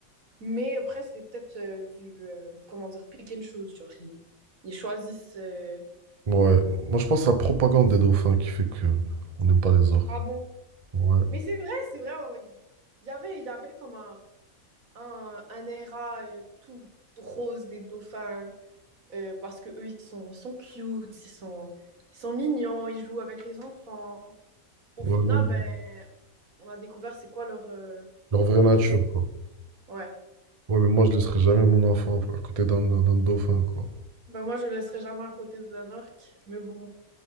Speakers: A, on the right; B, on the right.
A: Mais après, c'est peut-être euh, du, euh, comment dire, pick and choose. Genre, ils, ils choisissent. euh,
B: Ouais. Moi, je pense à la propagande des dauphins qui fait que on n'aime pas les orques.
A: Ah bon?
B: Ouais.
A: Mais c'est vrai, c'est vrai. euh, Il y avait, il y avait comme un, un, un era euh, tout rose des dauphins euh, parce que eux, ils sont, sont cute, ils sont, ils sont mignons, ils jouent avec les enfants. Au
B: Ouais,
A: final,
B: non,
A: ben, on a découvert c'est quoi leur, euh,
B: Leur vraie nature,
A: Motif.
B: quoi.
A: Ouais.
B: Ouais, mais moi, je laisserai jamais mon enfant à côté d'un d'un dauphin, quoi.
A: Ben moi, je le laisserai jamais à côté d'un orque, mais bon,